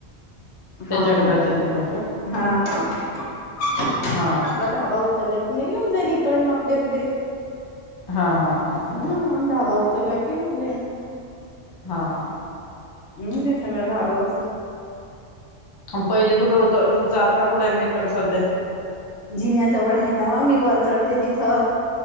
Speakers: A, on the left; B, on the left.
A: त्याच्या
B: हा म्हणे
A: घराच्या तिकडून का
B: हा हा
A: हा
B: आपला
A: हा
B: धाबा उचलला. नाही येऊन जाईन इकडन आपले आपले
A: हा हा हा बरोबर
B: हा ढाबा उचलला की <unintelligible>
A: हा.
B: हम्म तेच ढाबावरच
A: पहिले कुठं होत तुमचा आता कुठं आहे मीटर सध्या
B: जिण्यायाजवळ आहे ना वा मी वर चढते तिथं